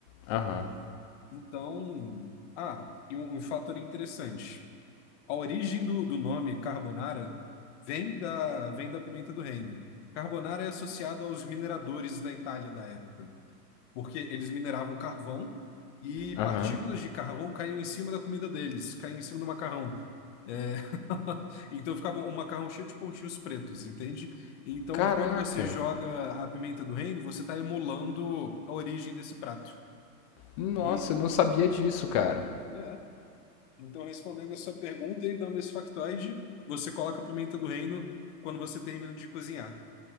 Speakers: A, on the left; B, on the left.
A: Aham.
B: Então, ah, e um, um fator interessante. A origem do, do nome carbonara vem da, vem da pimenta do reino. Carbonara é associado aos mineradores da Itália da época, porque eles mineravam carvão e partículas
A: Aham.
B: de carvão caíam em cima da comida deles, caíam em cima do macarrão. É, <laughs> Então ficava um macarrão cheio de pontinhos pretos, entende? Então,
A: Caraca.
B: quando você joga a pimenta do reino, você está emulando a origem desse prato.
A: Nossa,
B: E.
A: eu não sabia disso, cara.
B: é, Então, respondendo a sua pergunta e dando esse factoide, você coloca a pimenta do reino quando você termina de cozinhar.